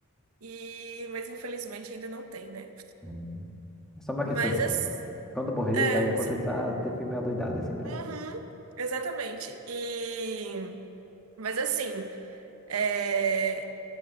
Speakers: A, on the right; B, in the centre.
A: E, mas infelizmente ainda não tem, né?
B: uhum. É só uma
A: Mas
B: questão de tempo. Quando morrer,
A: é,
B: vai acontecer
A: é, so-
B: ah, ter filme adoidado, é sempre
A: uhum,
B: assim.
A: exatamente. E, mas assim, é,